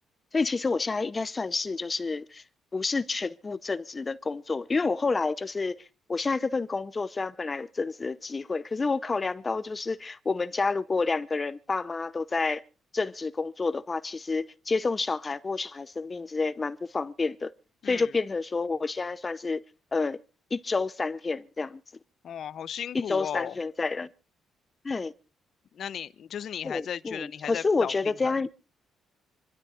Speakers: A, on the left; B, on the left.
A: 所以其实我现在应该算是就是不是全部正职的工作，因为我后来就是我现在这份工作虽然本来有正职的机会，可是我考量到就是我们家如果两个人爸妈都在正职工作的话，其实接送小孩或小孩生病之类蛮不方便的，
B: 嗯，
A: 所以就变成说我现在算是呃一周三天这样子，
B: 哇，好辛苦哦。
A: 一周三天在人。对，
B: 那你就是你还在觉得你还在找平衡？
A: 对，嗯，可是我觉得这样